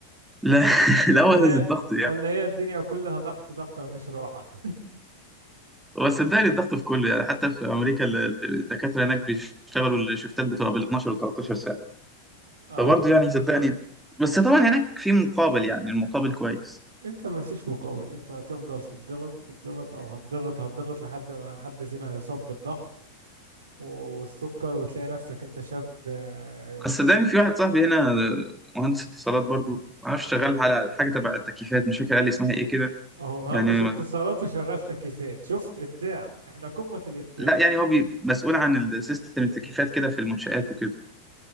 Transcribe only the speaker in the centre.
لا <laughs> لا هو
الضغط
يعني
هو صدقني الضغط في كله يعني حتى في امريكا ال- ال- الدكاتره هناك بيشتغلوا الشفتات بتبقى بال 12 و 13 ساعه
فبرضه يعني صدقني بس طبعا هناك في مقابل يعني المقابل كويس
بس صدقني في واحد صاحبي هنا مهندس اتصالات برضه معرفش شغال على حاجه تبع التكييفات مش فاكر قال لي اسمها ايه كده
يعني
لا يعني هو بي مسؤول عن السيستم التكييفات كده في المنشآت وكده